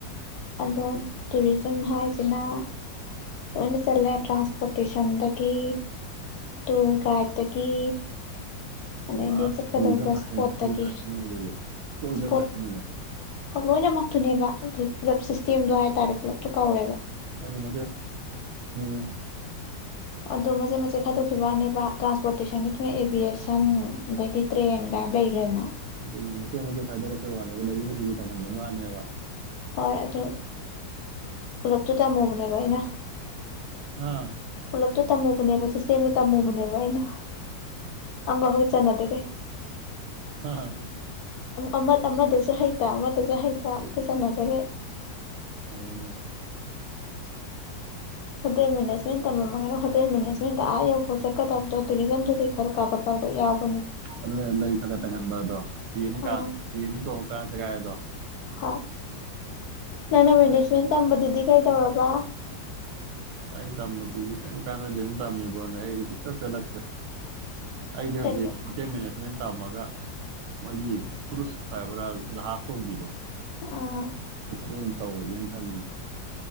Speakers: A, on the left; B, on the right.
A: ꯑꯗꯣ ꯇꯨꯔꯤꯖꯝ ꯍꯥꯏꯁꯤꯅ꯫ ꯂꯣꯏꯅ ꯆꯠꯂꯦ ꯇ꯭ꯔꯥꯟꯁꯄꯣꯔꯇꯦꯁꯟꯗꯒꯤ ꯇꯨꯔ ꯒꯥꯏꯗꯇꯒꯤ꯫ ꯑꯗꯩꯗꯤ
B: ꯄꯨꯔꯥ
A: ꯆꯠꯀꯗꯧꯕ
B: ꯇꯨꯔꯤꯖꯝ ꯍꯥꯏꯔ
A: ꯏꯁꯄꯣꯠꯇꯒꯤ
B: ꯑꯗꯨꯗꯤ ꯀꯣꯏꯗꯕ
A: ꯏꯁꯄꯣꯠ
B: ꯍꯥꯏꯔꯕꯅꯤꯅꯦ꯫
A: ꯍꯣꯏ ꯂꯣꯏꯅꯃꯛꯇꯨꯅꯦꯕ ꯑꯗꯨ ꯄꯨꯂꯞ ꯁꯤꯁꯇꯦꯝꯗꯣ ꯍꯥꯏꯇꯥꯔꯦ ꯄꯨꯂꯞꯇꯣ ꯀꯧꯔꯦꯕ꯫
B: ꯃꯦꯥꯟꯨꯝ <unintelligible> <inaudible>
A: ꯑꯗꯨꯣ ꯃꯆꯦꯠ ꯃꯆꯦꯠ ꯈꯥꯏꯗꯣꯛꯈꯤꯕ ꯋꯥꯅꯦꯕ ꯇ꯭ꯔꯥꯟꯁꯄꯣꯔꯠ꯫ ꯇꯨꯁꯟꯒꯤꯗꯨꯅ ꯑꯦꯕꯤꯌꯦꯁꯟ ꯑꯗꯩꯗꯤ ꯇ꯭ꯔꯦꯟ ꯀꯥꯏꯅ ꯂꯩꯈ꯭ꯔꯦꯅ꯫
B: ꯑꯗꯨꯅꯦ ꯃꯆꯠ ꯃꯆꯠ ꯈꯥꯏꯗꯣꯔꯛꯄꯩ ꯋꯥꯅꯦꯕ ꯂꯩꯔꯤ ꯈꯖꯤꯁꯨ ꯆꯪꯍꯟꯕꯅ ꯋꯥꯅꯦꯕ <unintelligible> <inaudible>
A: ꯍꯣꯏ ꯑꯗꯨ ꯄꯨꯂꯞꯛꯇꯨ ꯇꯝꯃꯨꯕꯅꯦꯕ ꯑꯩꯅ꯫
B: ꯑꯥ꯫
A: ꯥꯄꯨꯂꯞꯇꯨ ꯇꯝꯃꯨꯕꯅꯦꯕ ꯁꯤꯁꯇꯦꯝꯗ ꯇꯝꯃꯨꯕꯅꯦꯕ ꯑꯩꯅ ꯑꯃꯐꯥ꯭ꯎꯍꯦꯛ ꯆꯟꯅꯗꯒꯩ꯫
B: ꯍ꯫
A: ꯑꯃ ꯑꯃꯗꯁꯨ ꯍꯩꯇ ꯑꯃꯗꯁꯨ ꯍꯩꯇ ꯑꯗꯨ ꯁꯥꯟꯅꯅꯕꯒꯦ
B: ꯐꯔꯦꯅꯦ
A: ꯍꯣꯇꯦꯜ ꯃꯦꯅꯦꯖꯃꯦꯟ ꯇꯝꯃꯝꯃꯒꯅ ꯍꯣꯇꯦꯜ ꯃꯦꯅꯦꯖꯃꯦꯟꯗ ꯑꯥ ꯌꯧ ꯆꯠꯀꯗꯕꯗꯣ ꯇꯨꯔꯤꯖꯝꯗꯗꯤ ꯈꯔ ꯀꯥꯞꯄ ꯀꯥꯞꯄ ꯌꯥꯎꯕ
B: ꯑꯗꯨ ꯂꯩ ꯈ ꯈꯠꯇꯪꯍꯟꯕ ꯑꯗꯣ ꯐꯤ ꯑꯅꯤ
A: ꯑꯥ
B: ꯀꯥꯡ ꯐꯤ ꯑꯅꯤ ꯇꯣꯡꯉ ꯀ ꯀꯥꯡꯁꯤꯒꯗꯣ
A: ꯍꯣꯏ ꯅꯪ ꯅ ꯃꯅꯦ ꯁ꯭ꯦꯟ ꯇꯝꯕꯗꯨꯗꯤ ꯀꯩ ꯇꯧꯔꯕ
B: ꯑꯩꯅ ꯇꯝꯕꯗꯨꯁꯨ ꯀꯩꯝ ꯀꯥꯟꯅꯗꯦ ꯑꯗꯨ ꯇꯝꯃꯤꯕꯣꯅꯦ ꯑꯩꯖꯤꯛꯇ ꯄꯦꯜꯂꯛꯇ꯭ꯔꯦ ꯑꯩꯗ
A: ꯀꯔꯤ
B: ꯍꯧꯖꯤꯦ ꯃꯦ ꯃꯅꯦꯠꯁ ꯃꯦ ꯇꯝꯃꯒ ꯃꯣꯏꯒꯤ ꯀ꯭ꯔꯨꯁ ꯍꯥꯏꯕ꯭ꯔꯥ ꯖꯍꯥꯖ ꯇꯣꯡꯝꯕꯤꯗꯣ
A: ꯑꯥ
B: ꯑꯗꯨ ꯑꯣꯏꯅ ꯇꯧꯔꯗꯤꯦꯅ ꯈꯜꯂꯤ